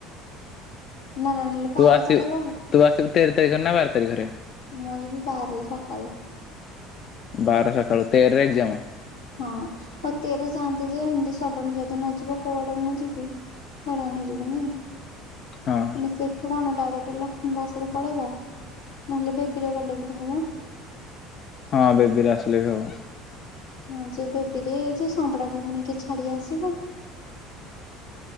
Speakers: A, on the left (about 85°); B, on the left (about 50°).
A: ନ ନେଲେ
B: ତୁ
A: ପାର୍କ
B: ଆସିବୁ
A: ତାହେଲେ କହିଲୁ
B: ତୁ ଆସିବୁ ତେର ତାରିଖରେ ନା ବାର ତାରିଖରେ
A: ମୁଁ ଯିବି ବାହାରେ ସକାଳୁ
B: ବାର ସକାଳୁ ତେର ରେ ଏଙ୍ଗଜମ
A: ହଁ ଆଉ ତେର ଚାଆନ୍ତି ଯେ ହି <unintelligible> ସଡ଼ନ ଯଦି ନଯିବ କଉଆଡ଼େ ମୁଁ ଯିବି ହରାଣ ଯିବିନି
B: ହଁ
A: ମାନେ ସେଠୁ କଣ ଡାଇରେକ୍ଟ ଲ ବସ ରେ ପଳେଇବା ନହେଲେ ବେବିରିଆ ଗଲେ ବି ତ ହବ।
B: ହଁ ବେବିରେ ଆସିଲେ ବି ହବ।
A: ହଁ ଯେ ବେବିରେ ଯେ ସମ୍ପଡାଟି ପୁଣିି କିଏ ଛାଡି ଆସିବ।